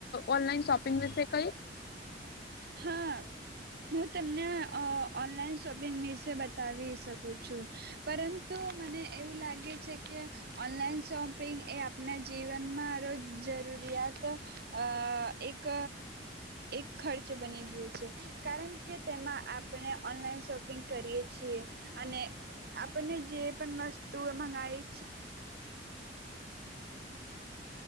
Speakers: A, on the left; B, on the right.
A: ઓનલાઈન શોપિંગ વિશે કંઈ?
B: હા હું તને ઓનલાઈન શોપિંગ વિશે બતાવી શકું છું, પરંતુ મને. એવું લાગે છે કે ઓનલાઈન શોપિંગ એ આપણા જીવનમાં ર જરૂરિયાત એક એક ખર્ચ બની ગયું છે, કારણ કે તેમાં આપણે ઓનલાઈન શોપિંગ કરીએ છીએ, અને આપણને જે પણ મસ્ત. તું એ મંગાવાઈ જ છે.